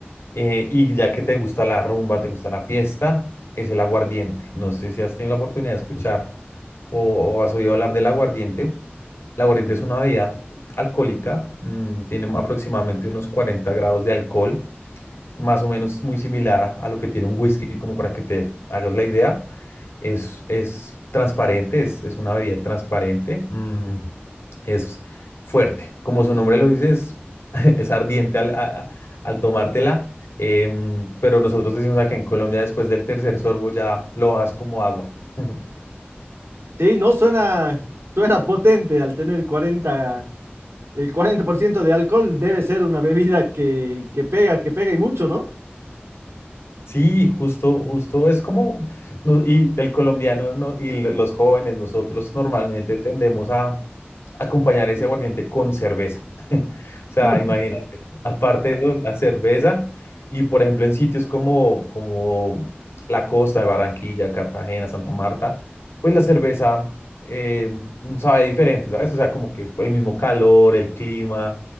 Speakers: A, on the left (about 80°); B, on the right (about 85°).
A: Eh, y ya que te gusta la rumba, te gusta la fiesta, es el aguardiente. No sé si has tenido la oportunidad de escuchar o, o has oído hablar del aguardiente. El aguardiente es una bebida alcohólica, mm, tiene aproximadamente unos 40 grados de alcohol, más o menos muy similar a lo que tiene un whisky, como para que te hagas la idea es, es transparente, es, es una bebida transparente, mm, es fuerte. Como su nombre lo dice, es, <laughs> es ardiente al, a- al tomártela, em, pero nosotros decimos acá en Colombia, después del tercer sorbo ya lo bajas como agua. <laughs>
B: Sí, no, suena, suena potente al tener cuarenta el 40% de alcohol debe ser una bebida que, que pega, que pega y mucho, ¿no?
A: Sí, justo, justo, es como, no, y el colombiano no, y l- los jóvenes, nosotros normalmente tendemos a, acompañar ese aguardiente con cerveza. <laughs> O sea,
B: <laughs>
A: imagínate, aparte de eso, la cerveza y por ejemplo en sitios como, como la costa de Barranquilla, Cartagena, Santa Marta, pues la cerveza eh, sabe diferente, ¿sabes? O sea, como que el mismo calor, el clima,